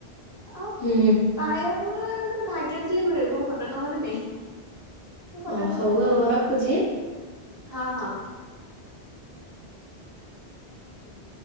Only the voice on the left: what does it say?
ହୁଁ
ହଁ
ହଉ
ଆଉ ରଖୁଛି।